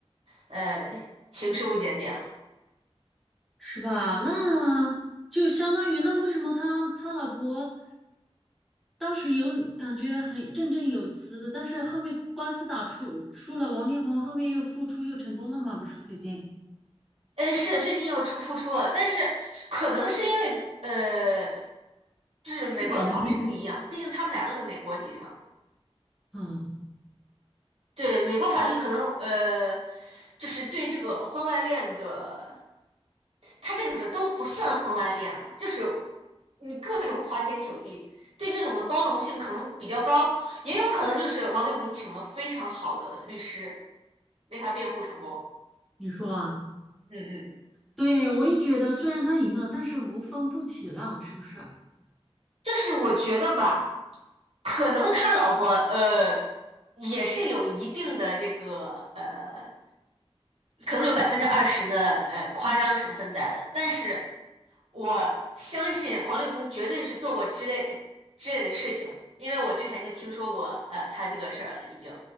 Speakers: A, on the right; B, in the centre.
A: 呃，行事不检点了。
B: 是吧？那就相当于那为什么他他老婆当时有感觉很振振有词的，但是后面官司打出输了，王力宏后面又复出又成功了嘛？不是最近
A: 哎，是最近又出复出了，但是可能是因为呃，就是美国的法律不一样，
B: 资本的力量，
A: 毕竟他们俩都是美国籍嘛。
B: 啊。
A: 对，美国法律可能呃，就是对这个婚外恋的，他这个这都不算婚外恋啊，就是你各种花天酒地，对这种的包容性可能比较高，也有可能就是王力宏请了非常好的律师为他辩护成功。
B: 你说啊，
A: 嗯嗯，
B: 对，我也觉得，虽然他赢了，但是无风不起浪，是不是
A: 就是我觉得吧。可能他老婆呃也是有一定的这个呃，可能有百分之二十的呃夸张成分在的，但是我相信王力宏绝对是做过之类之类的事情，因为我之前就听说过呃他这个事儿了已经。